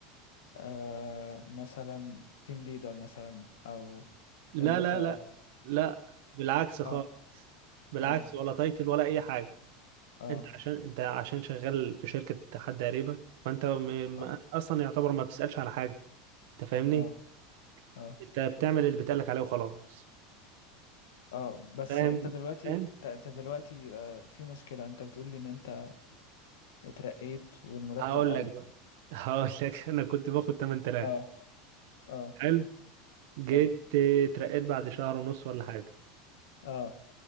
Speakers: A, on the left; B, on the right.
A: آه مثلا تيم ليدر مثلا او
B: لا
A: انت
B: لا لا لا بالعكس خالص
A: اه
B: بالعكس
A: اه
B: ولا تايتل ولا أي حاجة
A: اه
B: أنت عشان أنت عشان شغال في شركة حد قريبك فأنت م...
A: اه
B: م... أصلا يعتبر ما بتسألش على حاجة أنت فاهمني
A: اه اه
B: انت بتعمل اللي بيتقالك عليه وخلاص
A: اه بس
B: فاهم
A: انت دلوقتي
B: فاهم
A: انت انت دلوقتي آه في مشكلة انت بتقول لي ان انت اترقيت والمرتب
B: هقول
A: قل
B: لك بقى هقول لك <laughs> انا كنت باخد 8000
A: اه اه
B: حلو جيت
A: حلو
B: آه، اترقيت بعد شهر ونص ولا حاجه
A: اه